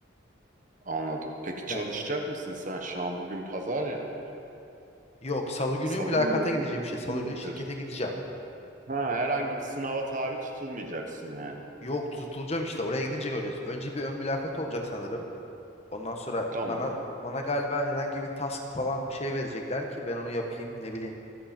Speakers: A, on the right; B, on the left.
A: Anladım. Peki çalışacak
B: Yani
A: mısın sen şu an? Bugün pazar ya.
B: yok salı günü
A: Salı
B: mülakata
A: günü diyorsun.
B: gideceğim
A: Cumartesi
B: işte. Salı
A: mi
B: günü
A: yapıyorsun?
B: şirkete gideceğim.
A: Ha, herhangi bir sınava tabi tutulmayacaksın yani.
B: Yok tutulacağım işte oraya gidince göreceğiz. Önce bir ön mülakat olacak sanırım. Ondan sonra
A: Tamam.
B: bana bana galiba herhangi bir task falan bir şey verecekler ki ben onu yapayım ne bileyim.